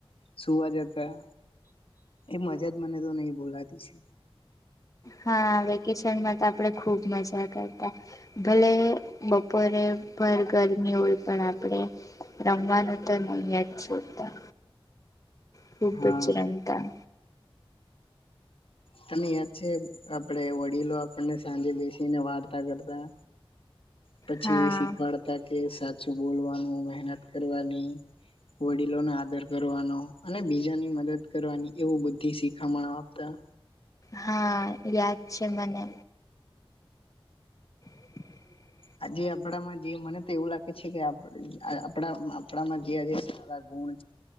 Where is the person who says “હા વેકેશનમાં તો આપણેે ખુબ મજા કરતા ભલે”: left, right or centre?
Left